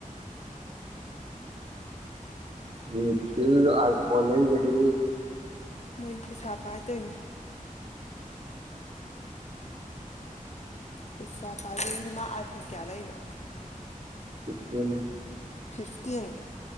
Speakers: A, on the right; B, on the left.
A: ꯅꯤꯈꯤꯜ ꯑꯥꯏꯐꯣꯟ ꯂꯩꯒꯔꯦ
B: ꯃꯣꯏ ꯄꯩꯁꯥ ꯄꯥꯏ ꯇꯩꯅꯦ ꯄꯩꯁꯥ ꯄꯥꯏꯕꯒꯤꯅꯦ ꯃꯥ ꯑꯥꯏꯐꯣꯟ ꯀꯌꯥ ꯂꯩꯔꯤꯅꯣ
A: ꯐꯤꯐꯇꯤꯟ
B: ꯐꯤꯐꯇꯤꯟ